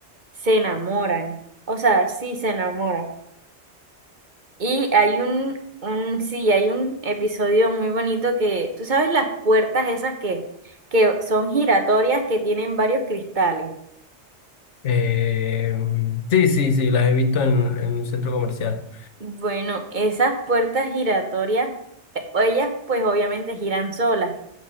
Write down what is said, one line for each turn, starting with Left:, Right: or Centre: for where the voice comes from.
Right: se enamoran. O sea, sí se enamoran. Y hay un, un, sí, hay un episodio muy bonito que, tú sabes las puertas esas que, que son giratorias que tienen varios cristales.
Left: Eh, sí, sí, sí, las he visto en, en un centro comercial.
Right: Bueno, esas puertas giratorias, eh, ellas pues obviamente giran solas.